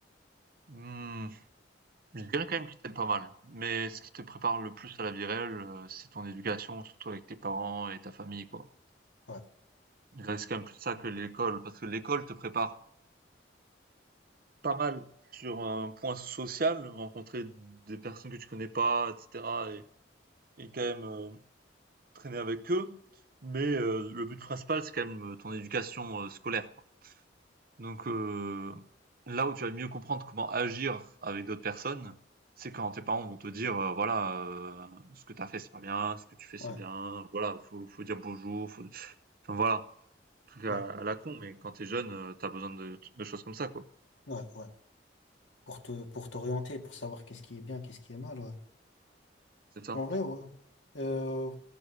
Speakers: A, on the right (about 50°); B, on the left (about 85°).
A: hmm, je dirais quand même qu'il t'aide pas mal. Mais ce qui te prépare le plus à la vie réelle, euh, c'est ton éducation, surtout avec tes parents et ta famille, quoi.
B: Ouais,
A: Il reste quand même plus ça que l'école, parce que l'école te prépare pas mal sur un point social, rencontrer des personnes que tu connais pas, etc. et, et quand même euh, traîner avec eux. Mais euh, le but principal, c'est quand même euh, ton éducation euh, scolaire. Donc euh, là où tu vas mieux comprendre comment agir avec d'autres personnes, c'est quand tes parents vont te dire euh, voilà euh, ce que t'as fait c'est pas bien, ce que tu fais
B: ouais,
A: c'est bien, voilà faut faut dire bonjour, faut... enfin voilà tout cas
B: ouais,
A: à la con mais quand t'es jeune euh, t'as besoin de, de choses comme ça quoi.
B: ouais, ouais. Pour te, pour t'orienter, pour savoir qu'est-ce qui est bien, qu'est-ce qui est mal, ouais.
A: C'est ça.
B: En vrai, ouais. Euh,